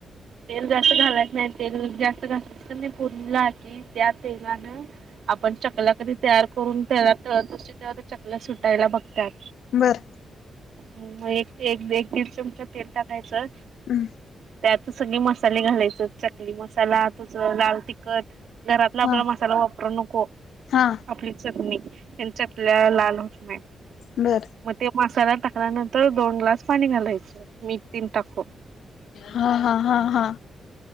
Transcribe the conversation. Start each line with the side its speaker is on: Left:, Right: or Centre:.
Right: तेल जास्त घालायच नाही, तेल जास्त घातलीस तर ते <unintelligible> <inaudible> त्या तेलाणं आपण चकल्या कधी तयार करून, तेलात तळत असतोय, तेव्हा त्या चक ल्या सुटायला बघत्यात.
Left: बरं.
Right: मग एक-एक-एक दीड चमचं तेल टाकायचं,
Left: हं,
Right: त्यातच सगळी मसाले घालायचं, चकली मसाला तुझं लाल तिखट. घरातला आपला
Left: हा
Right: मसाला वापरू नको,
Left: हा
Right: आपली चटणी, त्यानं चकल्या लाल होत नही.
Left: बरं.
Right: मग ते मसाला टाकल्यानंतर, दोन ग्लास पाणी घालायचं मीठ तेनं टाकून.
Left: हां हां हां हां